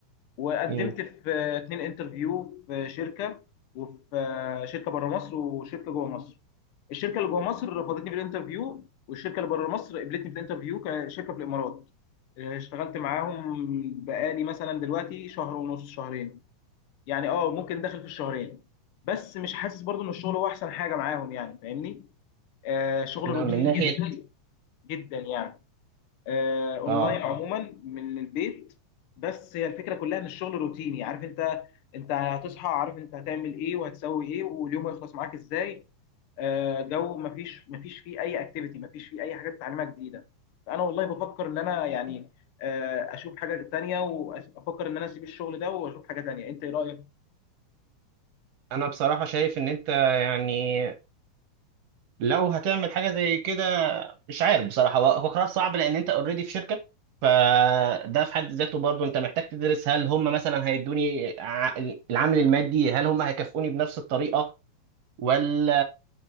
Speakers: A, on the left; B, on the right.
A: وقدمت
B: امم
A: في اتنين انترفيو في شركه وفي شركه بره مصر وشركه جوه مصر الشركه اللي جوه مصر رفضتني في الانترفيو والشركه اللي بره مصر قبلتني في الانترفيو كشركه في الامارات آه، اشتغلت معاهم بقالي مثلا دلوقتي شهر ونص شهرين يعني اه ممكن داخل في الشهرين بس مش حاسس برضو ان الشغل هو احسن حاجه معاهم يعني فاهمني آه شغل
B: من
A: روتيني
B: ناحيه
A: جدا جدا يعني آه، اونلاين
B: اه
A: عموما من البيت بس هي الفكره كلها ان الشغل روتيني عارف انت انت هتصحى عارف انت هتعمل ايه وهتسوي ايه واليوم هيخلص معاك ازاي آه، جو مفيش مفيش فيه اي اكتيفيتي مفيش فيه اي حاجه تتعلمها جديده فانا والله بفكر ان انا يعني آه، اشوف حاجه تانية وافكر ان انا اسيب الشغل ده واشوف حاجه تانية انت ايه رايك
B: انا بصراحه شايف ان انت يعني لو هتعمل حاجه زي كده مش عارف بصراحه هو هو قرار صعب لان انت اوريدي في شركه فده في حد ذاته برضه انت محتاج تدرس هل هم مثلا هيدوني ع- العامل المادي هل هم هيكافئوني بنفس الطريقه ولا